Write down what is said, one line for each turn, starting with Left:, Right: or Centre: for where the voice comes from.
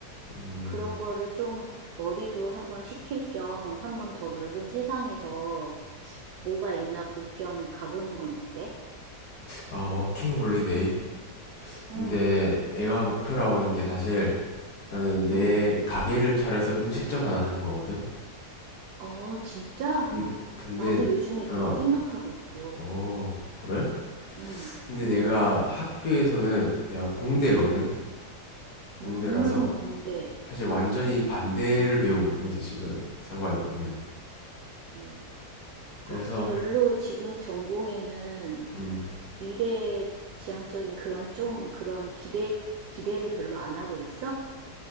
Left: 음,
Right: 그런 거를 좀, 머리도 한번 식힐 겸, 한번 더 넓은 세상에서 뭐가 있나 볼 겸 가보는 건 어때?
Left: 아, 워킹 홀리데이?
Right: 음,
Left: 근데 내가 목표로 하고 있는 게 사실 나는 내
Right: 음.
Left: 가게를 차려서 음식점 하나 하는 거거든.
Right: 어, 진짜?
Left: 음, 근데
Right: 나도 요즘에 그거
Left: 어,
Right: 생각하고 있어.
Left: 어, 그래?
Right: 음,
Left: 근데
Right: 음,
Left: 내가 학교에서는 내가 공대거든. 공대라서
Right: 음, 공대.
Left: 사실 완전히 반대를 배우는 거지 지금 상관이 없는.
Right: 음, 그러니까
Left: 그래서
Right: 별로 지금 전공에는
Left: 음,
Right: 미래 지향적인 그런 좀 그런 기대, 기대를 별로 안 하고 있어?